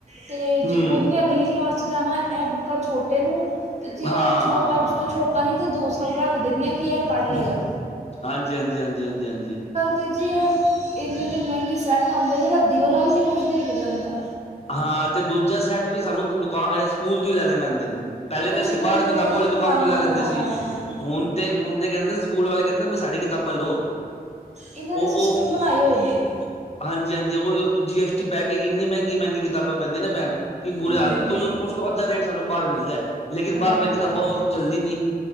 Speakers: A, on the right; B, on the left.
A: ਤੇ
B: ਹੂੰ
A: ਜ ਉਹਨੇ ਅਗਲੀ ਕਲਾਸ ਜਾਣਾ ਇਹ ਬੁੱਕਾਂ ਛੋਟੇ ਨੂੰ ਤੇ ਜੇ
B: ਹਾਂ
A: ਛੋਟਾ ਅਹੀ ਤਾਂ ਦੋ ਸਾਲ ਰੱਖ ਦਿੰਨੀ ਐ ਕਿ ਐ ਪੜ੍ਹ ਲਏਗਾ।
B: ਹਾਂਜੀ-ਹਾਂਜੀ, ਹਾਂਜੀ-ਹਾਂਜੀ, ਹਾਂਜੀ।
A: ਤੇ ਜੀ ਏ ਇੰਨੇ-ਇੰਨੇ ਮਹਿੰਗੇ ਸੈੱਟ ਆਂਦੇ ਨੇ ਰੱਦੀ ਵਾਲਾ ਵੀ ਨਈ ਕੁਛ ਦੇ ਕੇ ਜਾਂਦਾ।
B: ਹਾਂ ਤੇ ਦੂਜਾ ਸੈੱਟ ਵੀ ਸਾਨੂੰ ਦੁਕਾਨ ਏ ਸਕੂਲ ਤੋਂ ਹੀ ਲੈਨੇ ਪੈਂਦੇ ਨ। ਪੇਲੇ
A: ਕੁਛ
B: ਤੇ ਅਸੀਂ
A: ਇਹਨਾਂ
B: ਬਾਰ
A: ਨੇ
B: ਕਿਤਾਬਾਂ ਵਾਲੀ ਦੁਕਾਨ
A: ਹਾਂ
B: ਤੋਂ
A: ਹਾਂ
B: ਲੈ ਲੈਂਦੇ
A: ਹਾਂ
B: ਸੀ। ਹੁਨ ਤੇ ਹੁਨ ਤੇ ਕਹਿੰਦੇ ਸਕੂਲ ਵਾਲੇ ਕਹਿੰਦੇ ਬ ਸਾਡੀ ਕਿਤਾਬਾ ਲੋ।
A: ਇਹਨਾਂ
B: ਉਹ-ਉਹ,
A: ਨੇ ਸਿਸਟਮ ਬਣਾਏ ਹੋਏ ਨੇ
B: ਹਾਂਜੀ-ਹਾਂਜੀ ਉਹ ਜੀ ਐਸ ਟੀ ਪੈ ਕੇ ਇੰਨੀ ਮਹਿ ਮਹਿੰਗੀ ਕਿਤਾਬਾਂ ਪੈਂਦੀ ਨਾ ਭੈਣ। ਕਿ ਬੁਰੇ
A: ਹੂੰ
B: ਹਾਲ, ਓਈਔ ਉਸ ਤੋਂ ਅੱਧਾ ਰੇਟ ਸਾਨੂੰ ਬਾਰ ਮਿਲਦਾ ਲੇਕਿਨ
A: ਹਾਂ
B: ਬਾਰ ਵਾਲੀ ਕਿਤਾਬਾਂ ਉਹ ਚੱਲਦੀ ਨੀ।